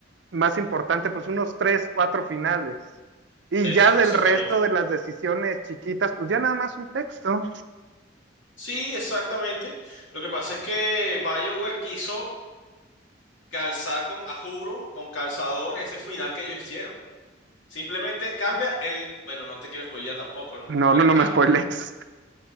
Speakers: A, on the right; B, on the left.
A: más importante, pues unos tres, cuatro finales. Y
B: Eso,
A: ya del
B: exactamente.
A: resto de las decisiones chiquitas, pues ya nada más un texto.
B: Sí, exactamente. Lo que pasa es que BioWare quiso calzar con, a juro, con calzador ese final que ellos hicieron. Simplemente cambia el, bueno, no te quiero spoilear tampoco, ¿no?
A: No,
B: Pero,
A: no, no
B: ca-
A: me spoiles.